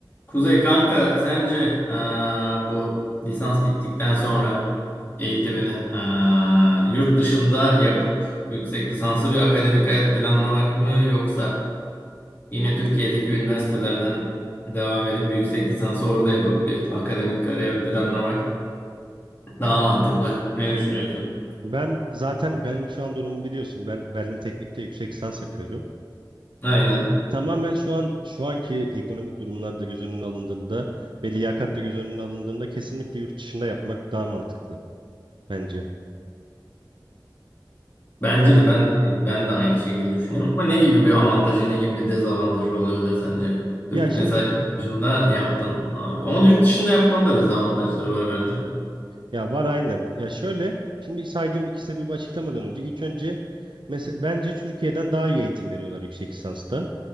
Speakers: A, on the left; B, on the right.
A: Kuzey kanka sence eee, bu lisans bittikten sonra eğitimini eee, yurt dışında yapıp yüksek lisanslı bir akademik hayat planlamak mı yoksa yine Türkiye'deki üniversitelerden devam edip yüksek lisansı orada yapıp bir akademik kariyer planlamak daha mantıklı. Ne düşünüyorsun?
B: Ben zaten benim şu an durumumu biliyorsun. Ben Berlin Teknik'te yüksek lisans yapıyorum.
A: Aynen.
B: Tamamen şu an şu anki ekonomik durumlar da göz önüne alındığında ve liyakat da göz önüne alındığında kesinlikle yurt dışında yapmak daha mantıklı bence.
A: Bence
B: Yani
A: de ben de aynı, ben de aynı şekilde düşünüyorum. Ama ne gibi bir avantajı, ne gibi bir dezavantajı olabilir sence? Türk
B: ya şimdi
A: mesela yurt dışında yaptın abi. Onun yurt dışında yapmanın da dezavantajları var bence.
B: ya var aynen. Ya şöyle şimdi saydığım iki sebebi açıklamadan önce ilk önce mesela bence Türkiye'den daha iyi eğitim veriyorlar yüksek lisansta.